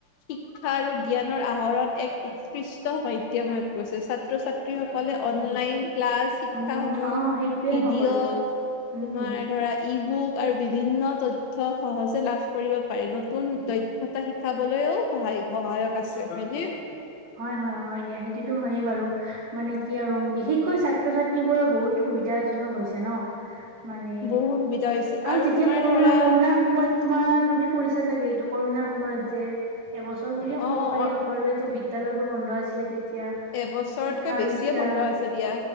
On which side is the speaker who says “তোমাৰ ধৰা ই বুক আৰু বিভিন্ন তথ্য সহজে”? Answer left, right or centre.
Left